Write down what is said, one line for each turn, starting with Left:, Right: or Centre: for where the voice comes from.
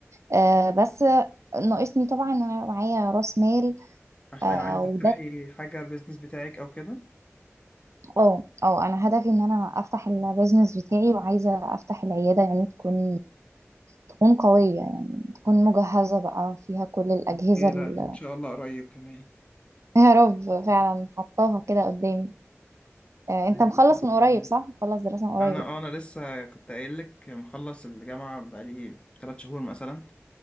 Right: آه، بس ناقصني طبعا إن أنا معايا رأس مال
Left: عشان
Right: آه،
Left: عايزة
Right: وده
Left: تفتحي حاجة البيزنس بتاعك او كده
Right: اه اه أنا هدفي إن أنا أفتح البيزنس بتاعي وعايزة أفتح العيادة يعني تكون تكون قوية يعني تكون مجهزة بقى فيها كل الأجهزة
Left: اوكي
Right: ال-
Left: لا ان شاء الله قريب كمان
Right: <laughs> يا رب
Left: <laughs>
Right: فعلا حطاها كده قدامي آه، أنت
Left: أيوة،
Right: مخلص
Left: بإذن
Right: من قريب
Left: الله.
Right: صح؟ مخلص دراسة من قريب
Left: انا اه انا لسه كنت قايل لك مخلص الجامعة بقالي 3 شهور مثلا